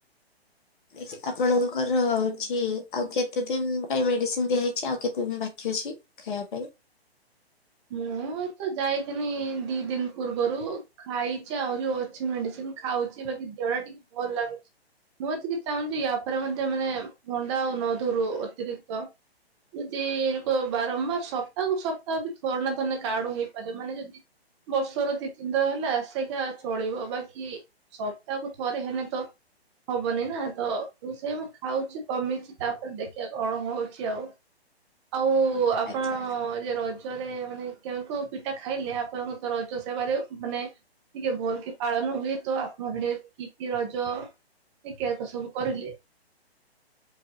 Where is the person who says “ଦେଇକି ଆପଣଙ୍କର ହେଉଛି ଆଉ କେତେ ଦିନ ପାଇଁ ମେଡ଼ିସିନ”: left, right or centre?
Left